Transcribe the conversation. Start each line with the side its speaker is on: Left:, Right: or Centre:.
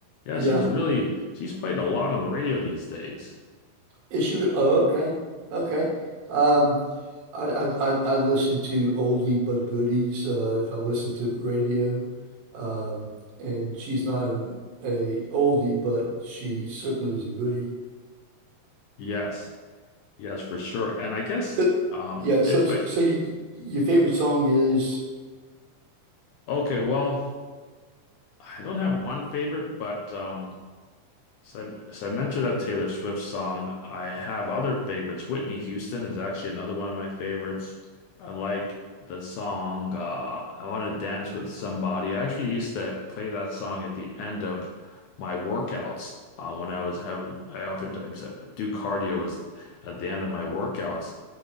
Left: Yeah,
Right: yeah.
Left: she's really she's played a lot on the radio these days.
Right: Is she? re- Oh, okay, okay. Um, I I I I listen to oldie but goodies. Uh, if I listen to the radio, um, and she's not an a oldie, but she certainly is a goodie.
Left: Yes. Yes, for sure. And I guess
Right: So,
Left: um
Right: yeah. So
Left: if
Right: so,
Left: I
Right: so you, your favorite song is
Left: okay, well, I don't have one favorite, but um So, I- so I mentioned that Taylor Swift song. I have other favorites. Whitney Houston is actually another one of my favorites. I like the song uh, I Want to Dance with Somebody. I actually used to play that song at the end of my workouts uh, when I was having, I oftentimes uh, do cardio as at the end of my workouts.